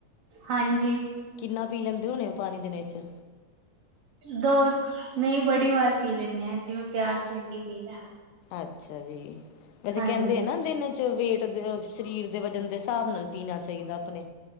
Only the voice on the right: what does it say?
ਹਾਂਜੀ
ਦੋ ਨਹੀਂ ਬੜੀ ਵਾਰ ਪੀ ਲੈਂਦੇ ਆਂ ਜਿਵੇਂ ਪਿਆਸ ਲੱਗੀ ਪੀ ਲਿਆ।
ਹਾਂਜੀ